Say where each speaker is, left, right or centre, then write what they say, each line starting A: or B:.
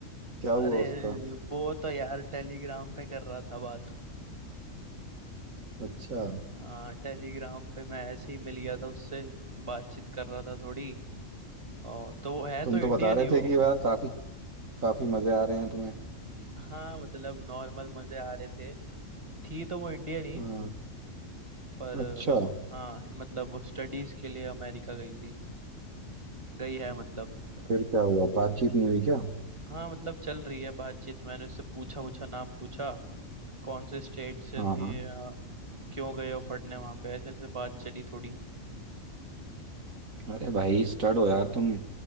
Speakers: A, on the right (about 80°); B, on the right (about 20°).
A: क्या हुआ
B: अरे
A: उसका
B: वो तो यार टेलीग्राम पे कर रहा था बात
A: अच्छा
B: हाँ टेलीग्राम पे मैं ऐसे ही मिल गया था उससे बातचीत कर रहा था थोड़ी और तो वो है
A: तुम
B: तो इंडियन
A: तो बता रहे
B: ही वो
A: थे कि यार काफी काफी मजे आ रहे हैं तुम्हें
B: हाँ मतलब नॉर्मल मजे आ रहे थे थी तो वो इंडियन ही
A: हाँ
B: पर
A: अच्छा
B: हाँ मतलब वो स्टडीज के लिए अमेरिका गई थी गई है मतलब
A: फिर क्या हुआ बातचीत नहीं हुई क्या
B: हाँ मतलब चल रही है बातचीत मैंने उससे पूछा पूछा नाम पूछा कौन से स्टेट से
A: हाँ
B: थे
A: हाँ
B: अ, क्यों गए हो पढ़ने वहाँ पे ऐसे ऐसे बात चली थोड़ी
A: अरे भाई स्टड हो यार तुम